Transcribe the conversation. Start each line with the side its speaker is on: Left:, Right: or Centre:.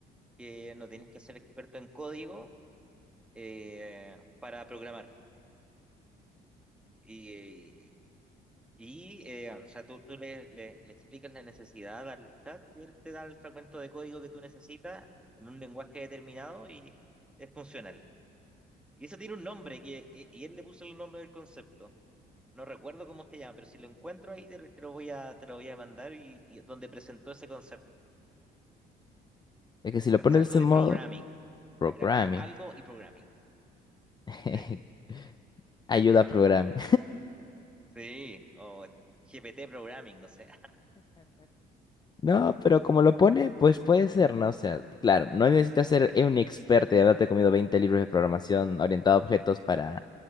Centre: que no tienes que ser experto en código eh, para programar. Y, y eh, o sea, tú, tú le, le- le explicas la necesidad al chat y él te da el fragmento de código que tú necesitas en un lenguaje determinado y es funcional. Y eso tiene un nombre que, y, y él le puso el nombre del concepto. No recuerdo cómo se llama, pero si lo encuentro ahí te, lo te lo voy a, te lo voy a mandar y, y donde presentó ese concepto.
Left: Es que si lo pones
Centre: Es algo
Left: de ese
Centre: de
Left: modo,
Centre: programming.
Left: programming,
Centre: Era como algo y programming.
Left: <laughs>
Centre: Sí,
Left: ayuda a programming.
Centre: sí, o GPT programming, no sé.
Left: No, pero como lo pone, pues puede ser, ¿no? O sea, claro, no necesitas ser un experto y haberte comido 20 libros de programación orientado a objetos para